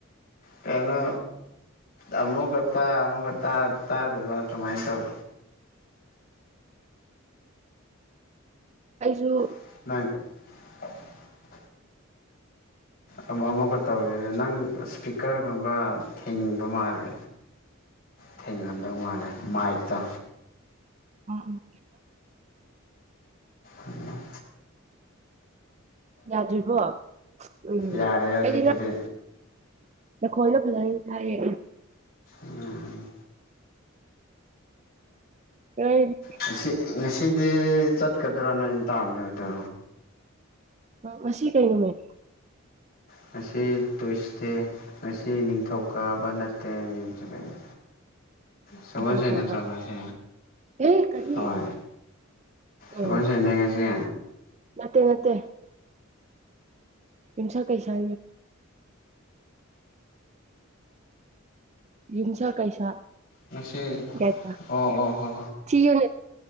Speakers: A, on the left; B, on the right.
A: ꯀꯩꯅ ꯑꯃꯨꯛꯀ ꯇꯥ ꯑꯃꯨꯛꯀ ꯇꯥ ꯇꯥꯗꯕ ꯁꯨꯃꯥꯏꯅ ꯇꯧ
B: <inaudible> ꯑꯩꯁꯨ
A: <inaudible> ꯑꯃꯨꯛꯀ ꯇꯧꯔꯦ ꯑꯗ ꯅꯪ ꯏꯁꯄꯤꯀꯔꯒꯨꯝꯕ ꯊꯦꯡꯕ ꯃꯥꯜꯂꯦ ꯊꯦꯡꯅꯔꯝꯗꯧ ꯃꯥꯜꯂꯦ ꯃꯥꯏꯛꯇ
B: ꯎꯝ ꯎꯝ
A: ꯎꯝ
B: ꯌꯥꯗ꯭ꯔꯤꯕꯣ ꯎꯝ
A: ꯌꯥꯔꯦ ꯍꯧꯖꯤꯛꯄꯨꯗꯤ
B: ꯑꯩꯗꯤ ꯉ ꯂꯈꯣꯏꯅ ꯐꯖꯅ ꯊꯗꯤꯦ
A: ꯎꯝ
B: ꯑꯩꯗꯤ
A: ꯉꯁꯤ ꯉꯁꯤꯗꯤ ꯆꯠꯀꯗ꯭ꯔꯣ ꯅꯣꯏ ꯇꯥꯟꯗꯣꯗ
B: ꯑ ꯑꯁꯤ ꯀꯩ ꯉꯃꯥꯏ
A: ꯉꯁꯤ ꯇꯨꯁꯇꯦ ꯉꯁꯤ ꯅꯤꯡꯊꯧꯀꯥꯕ ꯅꯠꯇꯦ ꯃꯦꯝꯩꯗ
B: <inaudible>
A: ꯁꯒꯣꯏ
B: ꯀꯩꯀꯥ
A: ꯁꯦ
B: ꯀꯣꯕ
A: ꯅꯠꯇ꯭ꯔꯣ ꯃꯥꯁꯦ
B: ꯑꯦ ꯀꯔꯤ
A: ꯍꯣꯏ ꯁꯃ
B: ꯎꯝ
A: ꯁꯤꯉꯁꯤ
B: ꯅꯠꯇꯦ ꯅꯠꯇꯦ ꯏꯟꯁ ꯀꯩꯁꯥ ꯌꯨꯝꯁꯥ ꯀꯩꯁꯥ
A: ꯃꯁꯤꯁ
B: ꯀꯩꯁꯥ
A: ꯑꯣ ꯑꯣ ꯍ
B: ꯊꯤꯌꯨꯅꯦ